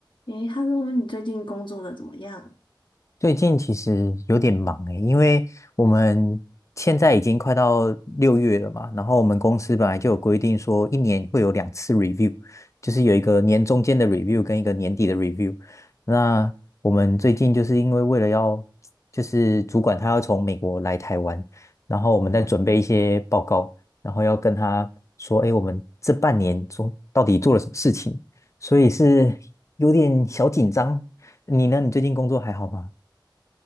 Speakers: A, on the left; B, on the left.
A: 诶，Hello，你最近工作的怎么样？
B: 最近其实有点忙诶，因为我们现在已经快到六月了嘛，然后我们公司本来就有规定说一年会有两次 review，就是有一个年中间的 review 跟一个年底的 review。那我们最近就是因为为了要，就是主管他要从美国来台湾，然后我们在准备一些报告，然后要跟他说，哎，我们这半年中到底做了什么事情，所以是有点小紧张。你呢？你最近工作还好吗？